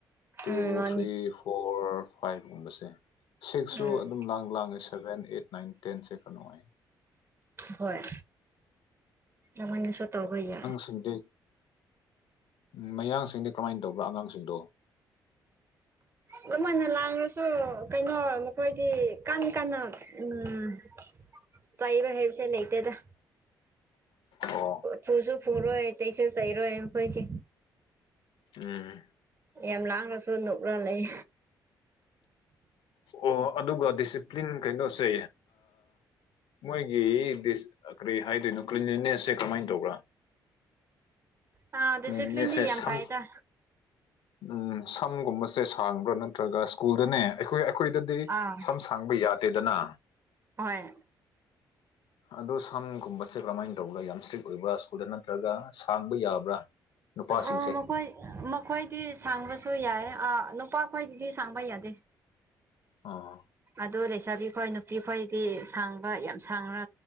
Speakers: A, on the left (about 70°); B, on the right (about 30°).
A: ꯇꯨ
B: ꯎꯝ ꯃꯥꯅꯤ
A: ꯊ꯭ꯔꯤ ꯐꯣꯔ ꯐꯥꯏꯚꯀꯨꯝꯕꯁꯦ ꯁꯤꯛꯁꯁꯨ
B: ꯎꯝ
A: ꯑꯗꯨꯝ ꯂꯥꯡ ꯂꯥꯡꯉꯦ ꯁꯚꯦꯟ ꯑꯩꯠ ꯅꯥꯏꯟ ꯇꯦꯟꯁꯦ ꯀ ꯅꯨꯡꯉꯥꯏ
B: ꯍꯣꯏ ꯅꯉꯣꯜꯗꯁꯨ ꯇꯧꯕ ꯌꯥ
A: ꯁꯤꯡꯗꯤ ꯎꯝ ꯃꯌꯥꯡꯁꯤꯡꯗꯤ ꯀꯃꯥꯏꯅ ꯇꯧꯕ꯭ꯔꯥ ꯑꯉꯥꯡꯁꯤꯡꯗꯣ
B: ꯑꯗꯨꯝ ꯑꯣꯏꯅ ꯉꯥꯡꯔꯁꯨ ꯀꯩꯅꯣ ꯃꯈꯣꯏꯗꯤ ꯏ ꯀꯥꯟ ꯀꯟꯅ ꯎ <unintelligible> ꯆꯩꯕ ꯍꯩꯕꯁꯦ ꯂꯩꯇꯦꯗ
A: ꯑꯣ
B: ꯐꯨꯁꯨ ꯐꯨꯔꯣꯏ ꯆꯩꯁꯨ ꯆꯩꯔꯣꯏ ꯃꯣꯏꯗꯤ
A: ꯎꯝ
B: ꯌꯥꯝ ꯂꯥꯡꯅꯁꯨ ꯅꯣꯛꯂ ꯂꯩ
A: ꯑꯣ ꯑꯗꯨꯒ ꯗꯤꯁꯤꯄ꯭ꯂꯤꯟ ꯀꯩꯅꯣꯁꯦ ꯃꯣꯏꯒꯤ ꯗꯤꯁ ꯀꯔꯤ ꯍꯥꯏꯗꯣꯏꯅꯣ ꯀ꯭ꯂꯤꯂꯤꯅꯦꯁꯁꯦ ꯀꯃꯥꯏꯅ ꯇꯧꯕ꯭ꯔꯥ
B: ꯑꯥ ꯗꯤꯁꯤꯄ꯭ꯂꯤꯟꯗꯤ
A: ꯃꯅꯦꯁꯦ
B: ꯌꯥꯝ
A: ꯁꯝ
B: ꯐꯩꯗ
A: ꯎꯝ ꯁꯝꯒꯨꯝꯕꯁꯦ ꯁꯥꯡꯕ꯭ꯔꯥ ꯅꯠꯇ꯭ꯔꯒ ꯁ꯭ꯀꯨꯜꯗꯅꯦ ꯑꯩꯈꯣꯏ ꯑꯩꯈꯣꯏꯗꯗꯤ
B: ꯑꯥ
A: ꯁꯝ ꯁꯥꯡꯕ ꯌꯥꯗꯦꯗꯅ
B: ꯍꯣꯏ
A: ꯑꯗꯣ ꯁꯝꯒꯨꯝꯕꯁꯦ ꯀꯔꯝꯍꯥꯏꯅ ꯇꯧꯕ꯭ꯔꯥ ꯌꯥꯝ ꯏꯁꯇ꯭ꯔꯤꯛ ꯑꯣꯏꯕ꯭ꯔꯥ ꯁ꯭ꯀꯨꯜꯗ ꯅꯠꯇ꯭ꯔꯒ ꯁꯥꯡꯕ ꯌꯥꯕ꯭ꯔꯥ ꯅꯨꯄꯥꯁꯤꯡꯁꯦ
B: ꯑ ꯃꯈꯣꯏ ꯃꯈꯣꯏꯗꯤ ꯁꯥꯡꯕꯁꯨ ꯌꯥꯏ ꯅꯨꯄꯥ ꯈꯣꯏꯗꯤꯗꯤ ꯁꯥꯡꯕ ꯌꯥꯗꯦ
A: ꯑꯝ
B: ꯑꯗꯨ ꯂꯩꯁꯥꯕꯤ ꯈꯣꯏ ꯅꯨꯄꯤ ꯈꯣꯏꯗꯤ ꯁꯥꯡꯕ ꯌꯥꯝ ꯁꯥꯡꯅ